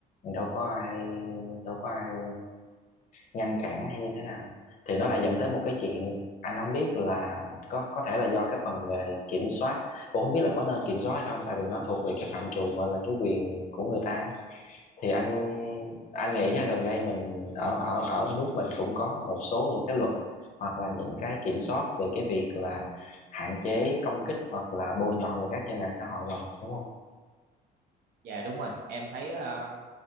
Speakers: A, on the left; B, on the right.
A: đâu có ai đâu có ai ngăn cản hay như thế nào thì nó lại dẫn tới một cái chuyện anh không biết là có có thể là do cái phần về kiểm soát cũng không biết là có nên kiểm soát hay không tại vì nó thuộc về cái phạm trù gọi là cái quyền của người ta thì anh anh nghĩ nha gần đây mình ở ở ở nước mình cũng có một số những cái luật hoặc là những cái kiểm soát về cái việc là hạn chế công kích hoặc là bôi nhọ người khác trên mạng xã hội rồi đúng không
B: dạ đúng rồi em thấy ờ,